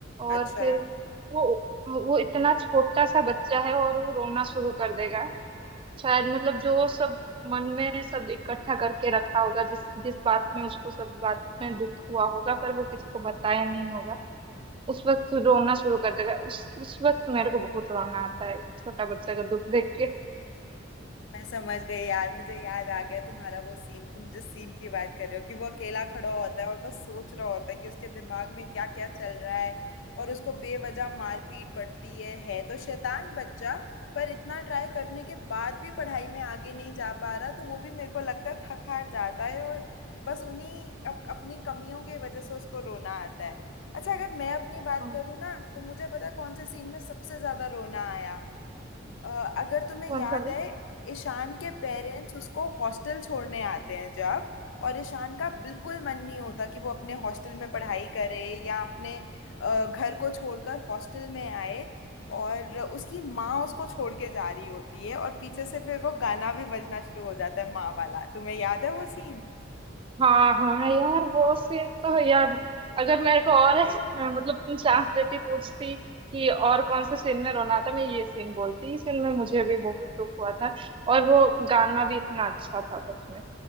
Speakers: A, on the right; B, on the left.
A: और
B: अच्छा
A: फिर वो वो इतना छोटा सा बच्चा है और वो रोना शुरू कर देगा शायद मतलब जो सब मन में सब इकट्ठा करके रखा होगा जिस जिस बात में उसको सब बात में दुख हुआ होगा पर वो किसी को बताया नहीं होगा उस वक्त तू रोना शुरू कर देगा उस उस वक्त तो मेरे को बहुत रोना आता है छोटा बच्चा का दुख देख के
B: मैं समझ गई यार मुझे याद आ गया तुम्हारा वो सीन तुम जिस सीन की बात कर रहे हो कि वो अकेला खड़ा होता है और बस सोच रहा होता है कि उसके दिमाग में क्या क्या चल रहा है और उसको बेवजह मारपीट पड़ती है है तो शैतान बच्चा पर इतना ट्राई करने के बाद भी पढ़ाई में आगे नहीं जा पा रहा तो वो भी मेरे को लगता है थक हार जाता है और बस उन्हीं अप, अपनी कमियों की वजह से उसको रोना आता है अच्छा अगर मैं अपनी बात
A: हाँ,
B: करूँ ना तो मुझे पता है कौन से सीन में सबसे ज्यादा रोना आया अ, अगर तुम्हें
A: कौन
B: याद
A: सा वो
B: है ईशान के पेरेंट्स उसको हॉस्टल छोड़ने आते हैं जब और ईशान का बिल्कुल मन नहीं होता कि वो अपने हॉस्टल में पढ़ाई करे या अपने अ, घर को छोड़कर हॉस्टल में आए और उसकी माँ उसको छोड़ के जा रही होती है और पीछे से फिर वो गाना भी बजना शुरू हो जाता है माँ वाला तुम्हें याद है वो सीन
A: हाँ हाँ यार वो सीन तो है यार अगर मेरे को और अच्छा- मतलब तुम चांस देती पूछती कि और कौन से सीन में रोना था मैं ये सीन बोलती इस सीन में मुझे भी बहुत दुख हुआ था और वो गाना भी इतना अच्छा था सच में